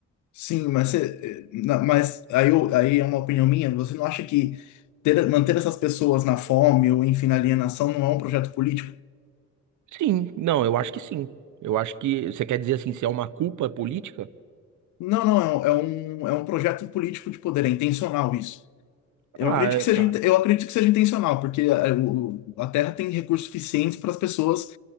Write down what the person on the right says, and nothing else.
Sim, não, eu acho que sim. Eu acho que você quer dizer assim, se é uma culpa política?
Ah,
é,
cara,